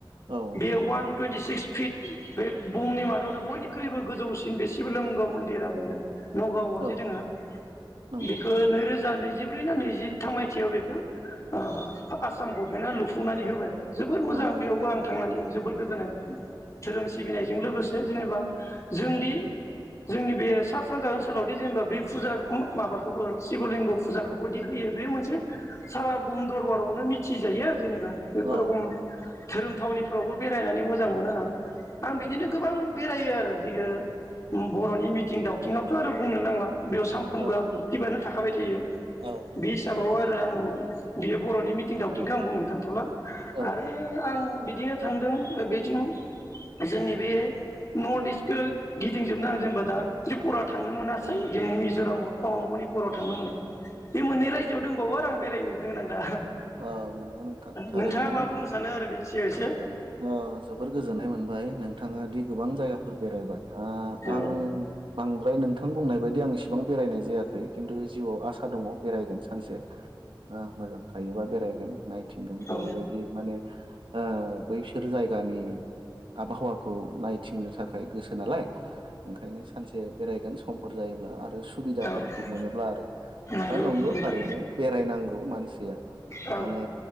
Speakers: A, on the right; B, on the left.
A: औ
B: बेयो
A: नंगौ
B: अवान टुइन्टिसिक्स फिट बे बुहुमनि मादावनो बयनिख्रुइबो गोजौसिन बे शिबलींग' मन्दिरा बियो। नगावआव
A: औ
B: जे दोङो
A: नंगौ
B: बेखौ नैरोजा नै जिब्रै ना नैजिथाम मायथाइयाव बेखौ ओ आसाम गभमेन्टआ लुफुंनानै होबाय। जोबोर
A: औ
B: मोजां बेयावबो आं थांनानै जोबोद गोजोननाय धोरोम सिबिनायजों लोगोसे जेनेबा जोंदि जोंनि बे सा सानजा ओनसोलावदि जेनेबा बे फुजा माबाखौबो शिबलिंग' फुजाखौबोदि होयो बे मोनसे सारा भुम दरबारावनो मिथिजायो आरो जेनेबा। बेफोर
A: औ
B: रखम
A: नंगौ नोंथां
B: धोरोम थावनिफ्रावबो बे बेरायनानै मोजां मोनो आं। आं बिदिनो गोबां बेरायो आरो जि ओ बर'नि मिथिं दावथिङावथ' आरो बुंनो नांला। बेयाव सानफ्रोमबो
A: औ
B: आं एक्टिभनो थाखाबाय थायो।
A: औ नंगौ
B: बे
A: नोंथां
B: हिसाबाव आरो आं बियो बर'नि मिथिं दावथिंखो आं बुंनो थांथ'ला।
A: औ
B: आरो आं बिदिनो थांदों बेथि जोंनि बे नर्थ इस्टखौ गिदिं जोबनो आं जेनबा त्रिपुरा थांनो मोनासै मिज'रामाव अ मनिपुराव थांनो मोनाखै। बे मोननै रायजोआव दंबावो आरो आं बेरायनो गोनां दा।
A: औ नोंगौ नोंथां थारैनो।
B: नोंथाङा मा बुंनो सानो आरो बिनि सायाव एसे
A: ओ जोबोर गोजोननाय मोनबाय नों थाङा दि गोबां जायगाफोर बेरायबाय ओ ओ
B: औ
A: आं बांद्राय नों थां बुंनायबादि एसेबां बेरायनाय जाया खै खिन्थु जिउआव आसा दङ' बेरायगोन‌ सानसे। ओ मोजां थायोबा बेरायगोन नायथिंगोन जेरैबायदि
B: औ
A: माने ओ बैसोर जायगानि आबहावाखौ नायथिंनो थाखाय गोसो नालाय ओंखायनो सानसे बेरायगोन सम फोर जायोब्ला आरो सुबिदाफोरखौ
B: औ औ
A: मोनोब्ला आरो।
B: नंगौ
A: दा नोंगौ
B: नोंथां
A: थारैनो बेरायनांगौ मानसिया।
B: औ
A: माने